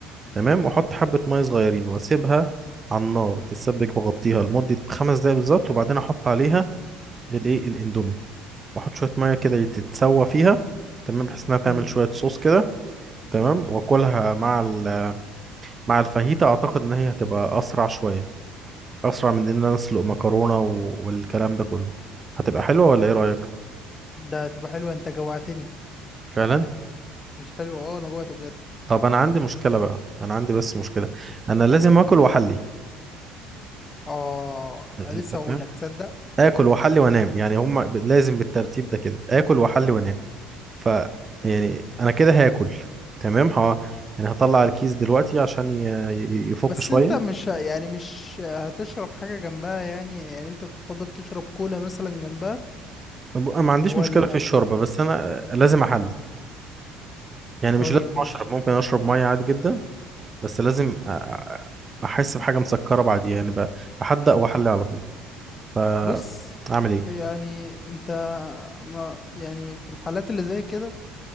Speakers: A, on the right; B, on the left.
A: تمام وحط حبة مية صغيرين واسيبها على النار تتسبك وغطيها لمدة خمس دقايق بالظبط وبعدين احط عليها الايه الاندومي واحط شوية مية كده تتسوى فيها تمام بحيث انها تعمل
B: مم.
A: شوية صوص كده تمام واكلها مع ال- مع الفاهيتا اعتقد ان هي هتبقى اسرع شوية اسرع من ان انا اسلق مكرونة و- والكلام ده كله هتبقى حلوة ولا ايه رأيك
B: ده تبقى حلوة انت جوعتني
A: فعلا
B: مش حلو اه انا جوعت بجد
A: طب انا عندي مشكلة بقى انا عندي بس مشكلة انا لازم اكل واحلي
B: اه
A: انت
B: لسه
A: فاهم
B: هقول لك تصدق
A: اكل واحلي وانام يعني هم ب- لازم بالترتيب ده كده اكل واحلي وانام ف يعني انا كده هاكل تمام ه... يعني هطلع الكيس دلوقتي عشان ي... ي- يفك
B: بس
A: شويه
B: انت مش ه- يعني مش هتشرب حاجة جنبها يعني يعني انت تفضل تشرب كولا مثلا جنبها
A: ب- ما عنديش
B: ولا
A: مشكله في الشوربه بس انا آه، لازم احلي يعني مش
B: طيب
A: لازم
B: ماشي
A: اشرب ممكن اشرب ميه عادي جدا بس لازم أ- أ- احس بحاجه مسكره بعديها يعني بقى احدق واحلي على طول ف
B: بص
A: اعمل ايه
B: يعني انت انا يعني في الحالات اللي زي كده